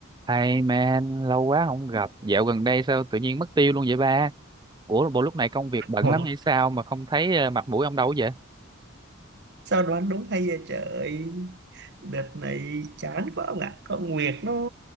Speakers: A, on the right; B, on the right.
A: Hey man, lâu quá không gặp. Dạo gần đây sao tự nhiên mất tiêu luôn vậy ba? Ủa, bộ lúc này công việc bận
B: Ôi,
A: lắm hay sao mà không thấy ờ, mặt mũi ông đâu vậy?
B: sao đoán đúng hay vậy trời đợt này chán quá ông ạ con Nguyệt nó